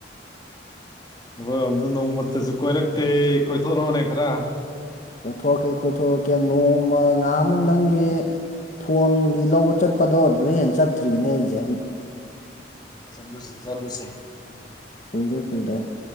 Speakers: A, on the left (about 25°); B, on the left (about 45°).
A: ꯑꯩꯣꯏꯔꯣꯝꯗ ꯅꯣꯡꯃꯠꯇꯁꯨ ꯀꯣꯏꯔꯛꯇꯦ ꯀꯣꯏꯊꯣꯔꯛꯑꯣꯅꯦ ꯈꯔ
B: ꯀꯣꯏꯊꯣꯔꯛꯀꯦ ꯀꯣꯏꯊꯣꯔꯛꯀꯦ ꯅꯣꯡꯃ ꯉꯥꯃꯨꯗꯪꯒꯤ ꯐꯣꯟꯒꯤ ꯂꯧꯕ ꯆꯠꯄꯗꯣ ꯑꯗꯨꯗ ꯍꯦꯟꯅ ꯆꯠꯇ꯭ꯔꯤꯅꯦ ꯑꯩꯁꯦ
A: ꯆꯠꯂꯨꯁꯦ ꯆꯜꯂꯨꯁꯦ
B: ꯀꯨꯏꯗ꯭ꯔꯦ ꯀꯨꯏꯗ꯭ꯔꯦ